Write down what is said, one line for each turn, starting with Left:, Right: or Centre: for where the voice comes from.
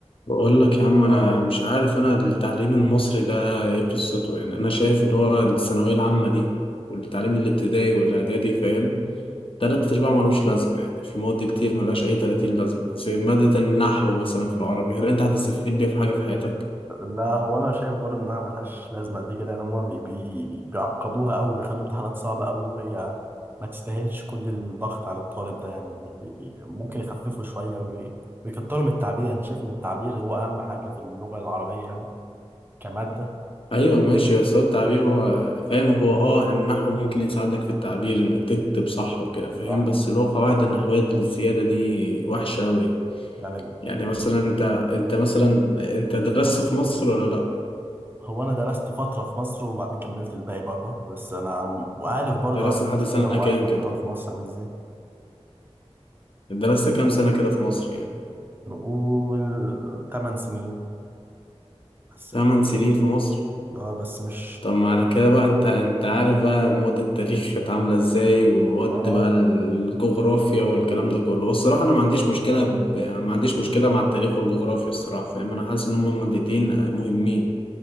Left: بقول لك يا عم انا مش عارف انا التعليم المصري ده ايه قصته يعني انا شايف ان هو الثانويه العامه دي والتعليم الابتدائي والاعدادي فاهم تلات ارباع ملوش لازمه يعني في مواد كتير ملهاش اي تلاتين لازمه زي ماده النحو مثلا في العربي هل انت هتستفيد بيها في حاجه في حياتك
Right: لا هو انا شايف برضه انها ملهاش لازمه قد كده يعني هما بي بي بيعقدوها قوي بيخلوا امتحانات صعبه قوي وهي ما تستاهلش كل الضغط على الطالب ده يعني ممكن يخففوا شويه وي- ويكتروا من التعبير انا شايف ان التعبير هو اهم حاجه في اللغه العربيه يعني كماده
Left: ايوه ماشي بس هو التعبير هو فاهم هو اه النحو ممكن يساعدك في التعبير انك تكتب صح وكده فاهم
Right: صح
Left: بس لو قواعد النحويه الزياده دي وحشه قوي يعني
Right: يعني
Left: يعني مثلا انت انت مثلا انت درست في مصر ولا لا
Right: هو انا درست فتره في مصر وبعدين كملت الباقي بره بس انا عم- وعارف برضه
Left: درست
Right: عارف
Left: لحد
Right: ناس
Left: سنة
Right: كتير وعارف
Left: كام
Right: القرار
Left: كده
Right: في مصر عامل ازاي
Left: درست كام سنة كده في مصر يعني
Right: نقول 8 سنين بس
Left: تمن سنين في مصر
Right: اه بس مش
Left: طب ما على كده بقى انت انت عارف بقى مواد التاريخ كانت عاملة ازاي ومواد
Right: اه
Left: بقى
Right: ده
Left: الجغرافيا والكلام
Right: وال
Left: ده كله الصراحة انا ما عنديش مشكلة ب... ما عنديش مشكلة مع التاريخ والجغرافيا الصراحة فاهم انا حاسس ان هما مادتين آه، مهمين